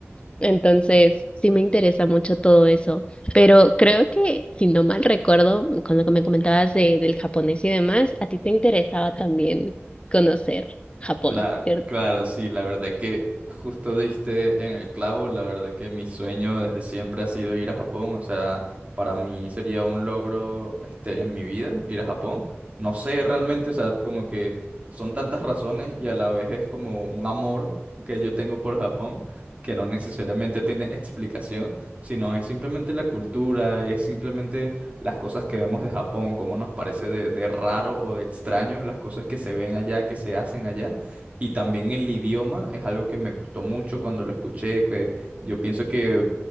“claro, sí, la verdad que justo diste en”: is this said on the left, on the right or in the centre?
Right